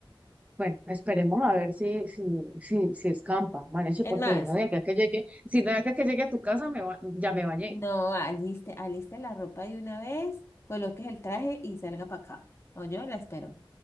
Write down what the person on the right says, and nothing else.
Bueno, esperemos a ver si, si, si, si escampa, Manecho,
porque
ahí no de acá que
llegue, si no de acá que llegue a tu casa, me ba- ya me bañé.